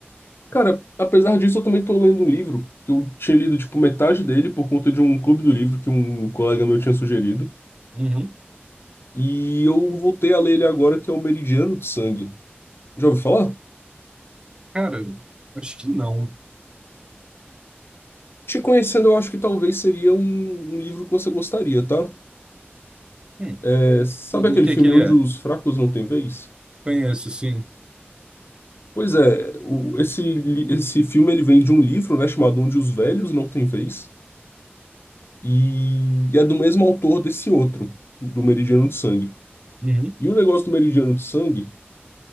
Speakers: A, on the left; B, on the right.
A: Cara, apesar disso, eu também estou lendo um livro que eu tinha lido, tipo, metade dele por conta de um clube do livro que um colega meu tinha sugerido.
B: Uhum.
A: E eu voltei a ler ele agora, que é O Meridiano de Sangue. Já ouviu falar?
B: Cara, acho que não.
A: Te conhecendo, eu acho que talvez seria um, um livro que você gostaria, tá?
B: Hum.
A: É, sabe
B: O
A: aquele
B: o que
A: filme
B: que ele
A: Onde
B: é?
A: os Fracos Não Têm Vez?
B: Conheço, sim.
A: Pois é, o- esse, li- esse filme ele vem de um livro, né, chamado Onde os Velhos Não Têm Vez, e, e é do mesmo autor desse outro, do Meridiano de Sangue.
B: Uhum.
A: E o negócio do Meridiano de Sangue